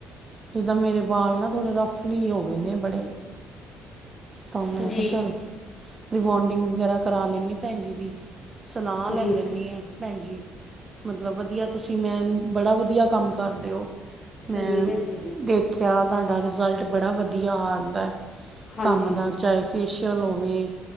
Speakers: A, on the right (about 20°); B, on the left (about 30°).
A: ਜਿੱਦਾਂ ਮੇਰੇ ਬਾਲ ਨਾ ਥੋੜ੍ਹੇ ਰਫਲੀ ਹੋ ਗਏ ਨੇ ਬੜੇ ਤਾਂ ਮੈਂ
B: ਜੀ
A: ਕਿਹਾ ਚੱਲ ਰਿਵਾਂਡਿੰਗ ਵਗੈਰਾ ਕਰਾ ਲੈਂਦੀ ਭੈਣ ਜੀ ਦੀ ਸਲਾਹ ਲੈ
B: ਜੀ
A: ਲੈਂਨੀ ਹਾਂ ਭੈਣਜੀ ਮਤਲਬ ਵਧੀਆ ਤੁਸੀਂ ਮੈ ਬੜਾ ਵਧੀਆ ਕੰਮ ਕਰਦੇ ਹੋ ਮੈਂ
B: ਜੀ ਭੈਣ ਜੀ
A: ਦੇਖਿਆ ਤੁਹਾਡਾ ਰਿਜ਼ਲਟ ਬੜਾ ਵਧੀਆ ਆ ਆਉਂਦਾ
B: ਹਾਂਜੀ
A: ਕੰਮ ਦਾ ਚਾਹੇ ਫੇਸ਼ੀਅਲ ਹੋਵੇ